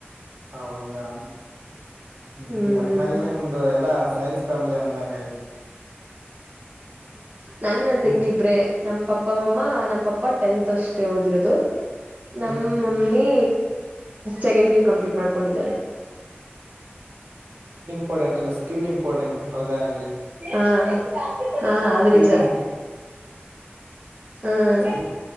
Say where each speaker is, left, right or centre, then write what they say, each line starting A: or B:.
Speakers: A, on the right (about 70°); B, on the right (about 40°).
A: ಹೌದಾ ಹ್ಮ
B: ಹ್ಮ್
A: ಒಟ್ನಲ್ಲಿ ನಿಮ್ದು ಎಲ್ಲಾ ಸ್ ಸೈನ್ಸ್ ಫ್ಯಾಮಿಲಿ ಅಂದಂಗ ಆಯ್ತು
B: ನಾನ್ ನನ್ ತಂಗಿ
A: ಹ್ಮ್
B: ಇಬ್ಬರೇ ನಮ್ ಪಪ್ಪ ಮಮ್ಮ ನಮ್ ಪಪ್ಪ ಟೆಂತ್ ಅಷ್ಟೇ ಓದಿರೋದು. ನಮ್ಮ
A: ಹ್ಮ್
B: ಮಮ್ಮಿ
A: ಹ್ಮ್
B: ಸೆಕೆಂಡ್ ಪಿಯು ಕಂಪ್ಲೀಟ್ ಮಾಡ್ಕೊಂಡಿದ್ದಾರೆ.
A: ಇಂಪಾರಡೆಂಟ್ ಅಲ್ಲ ಸ್ಕೀಲ್ ಇಂಪಾರಡೆೆಂಟ್ ಯಾವದೇ ಆಗಲಿ
B: ಹಾ ಹಾ ಅದು
A: ಸ್ಕಿಲ್
B: ನಿಜ
A: ಮುಖ್ಯ
B: ಹ್ಮ್
A: ಸ್ಕಿಲ್